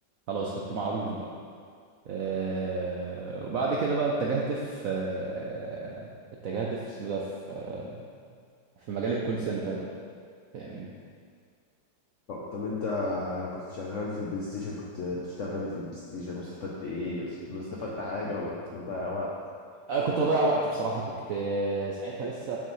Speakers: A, on the right (about 75°); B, on the left (about 65°).
A: خلاص كنت معروف بقى آه، وبعد كده بقى اتجهت في آه، اتجهت في اسمه ده في آه، في مجال الكول سنتر بقى فاهمني
B: ط- طب انت كنت شغال في البلاي ستيشن كنت بتشتغل ايه في البلاي ستيشن واستفدت ايه استفدت حاجة ولا كنت بتضيع وقت
A: انا كنت بضيع وقت بصراحة كنت آه، ساعتها لسه